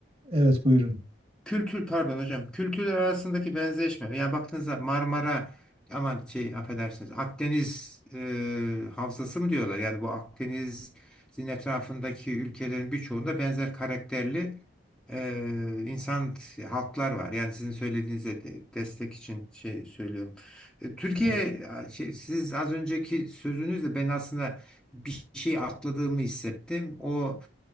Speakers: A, on the right; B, in the centre.
A: e, evet buyurun.
B: Kültür pardon hocam. Kültürler arasındaki benzeşme. Yani baktığınızda Marmara aman şey affedersiniz Akdeniz e, havzası mı diyorlar? Yani bu Akdeniz'in etrafındaki ülkelerin birçoğunda benzer karakterli e, insan halklar var. Yani sizin söylediğinize de, destek için şey söylüyorum. E, Türkiye
A: Evet.
B: a, şey, siz az önceki sözünüzle ben aslında bir şey atladığımı hissettim. O